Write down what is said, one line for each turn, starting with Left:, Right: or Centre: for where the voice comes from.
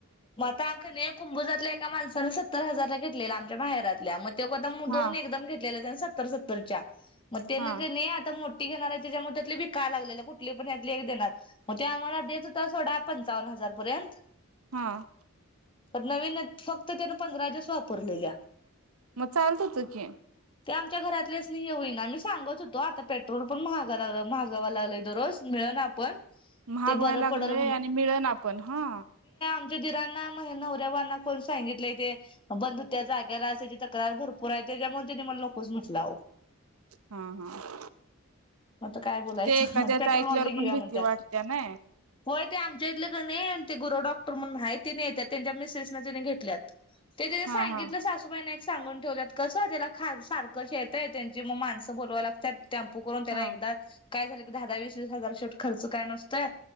Left: मग आता कनी कुंभजातल्या एका माणसानं सत्तर हजारला घेतलेला आमच्या माहेरातल्या मग ते कदम
Right: हा
Left: दोन एकदम घेतलेले त्या सत्तर सत्तर तरच्या. म ते
Right: हा
Left: न क नी आता मोठ ठीक घेनार <unintelligible> घेनारहेत. तेच्या मं त्याततीली बी का लागले कुठली <unintelligible> पण देणार मग आम्हाला देत आम्हाला देत होता सोडा पंचावन्न हजार पर्यंत
Right: ह.
Left: अद नवीनच फक्त त्यान पंधराज्याच वापरलेलया.
Right: म चालत होत की
Left: ते आमच्या घरातल्यासनी हे होईना आही सांगत होतो आता पेट्रोल पण महागा झाला महागाव लय दररोज मिळ ना आपण.
Right: महागवाय
Left: ते बरं
Right: लागलंय
Left: पडल
Right: आणि मिळना पण हा.
Left: म्हेजे दिरांना मह नवऱ्या वानात पण सांगितलंय ते <unintelligible> बंधु त्या जाग एये जिथ <unintelligible> तयार भरपूर आहे त्याच्यामुळं त्यानी मला नकोच म्हटलं आहो
Right: हा हा
Left: मता काय बोलायचं
Right: ते एखाद्याच
Left: पेट्रोल
Right: ऐकल्यावर
Left: वर <unintelligible> घेऊया
Right: पण भीती
Left: म्हणतत
Right: वाटते ना
Left: होय ते आमच्या इथलं क नी ते गुरोडॉप तर म्हण आहे तिने त्यात्यांच्या मिसेस ना तिने घेतल्यात ते तिन
Right: हा
Left: सांगितलं
Right: हा
Left: सासूबाई एक सांगून. ठेवल्यात कसं तीला खज सारखं शेतं त्यांची मग माणसं बोलवाय लागत्यात. टॅम्पू करून त्याला
Right: हा
Left: एकदाच काय झालं की दहा दहा वीस वीस हजारट <unintelligible> खर्च काय नसतंय